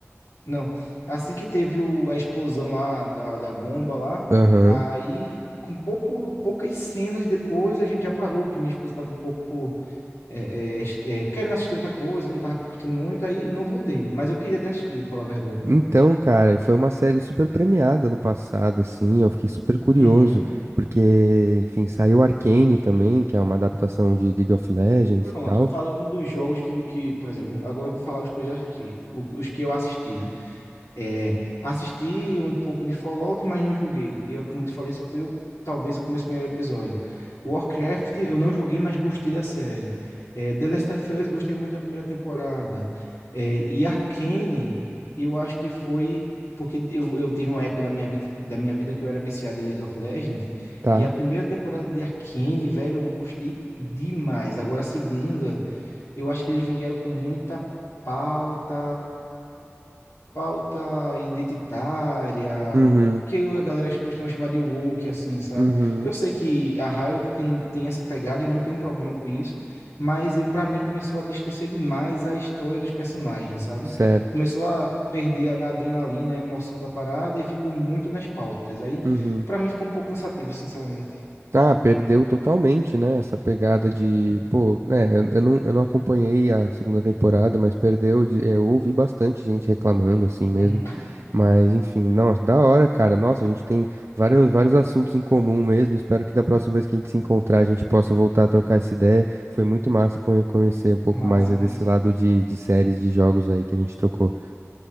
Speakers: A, on the left; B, on the right.
A: Não, assim que teve o, a explosão lá, da, da bomba lá,
B: Aham.
A: aí, com pouco, poucas cenas depois, a gente já parou, porque minha esposa tava um pouco é, é, é, querendo assistir outra coisa, não tava curtindo muito, aí não voltei. Mas eu queria ter assistido, falar a verdade.
B: Então, cara, foi uma série super premiada no passado, assim, eu fiquei super curioso,
A: Uhum.
B: porque, enfim, saiu Arcane também, que é uma adaptação de League of Legends
A: Pronto,
B: e tal.
A: falando dos jogos que, que, por exemplo, agora eu vou falar os que eu já assisti, o- os que eu assisti, né? É, assisti um pouco de Fallout, mas não joguei. E eu, como te falei, só foi o, talvez o começo do primeiro episódio. Warcraft eu não joguei, mas gostei da série. É, The Last of Us gostei muito da primeira temporada. É, e Arcane eu acho que foi porque eu, eu tive uma época da minha vida da minha vida que eu era viciado em League of Legends
B: Tá.
A: e a primeira temporada de Arcane, velho, eu gostei demais. Agora a segunda, eu acho que eles vieram com muita pauta pauta identitária,
B: Uhum,
A: que a galera costuma chamar de woke, assim, sabe?
B: uhum,
A: Eu sei que a Riot tem, tem essa pegada e eu não tenho um problema com isso, mas e pra mim começou a distorcer demais a história dos personagens, sabe?
B: certo.
A: Começou a perder a adrenalina, a emoção da parada e ficou muito nas pautas. Aí,
B: Uhum.
A: pra mim, ficou um pouco cansativo, sinceramente.
B: Ah, perdeu totalmente, né? Essa pegada de, pô, né? Eu, eu não, eu não acompanhei a segunda temporada, mas perdeu. de- é, eu ouvi bastante gente reclamando, assim mesmo.
A: Uhum.
B: Mas, enfim, nossa, da hora, cara. Nossa, a gente tem vários, vários assuntos em comum mesmo. Espero que da próxima vez que a gente se encontrar, a gente possa voltar a trocar essa ideia. Foi muito massa conhe- conhecer um pouco
A: Massa,
B: mais aí
A: massa.
B: desse lado de, de séries, de jogos aí que a gente trocou.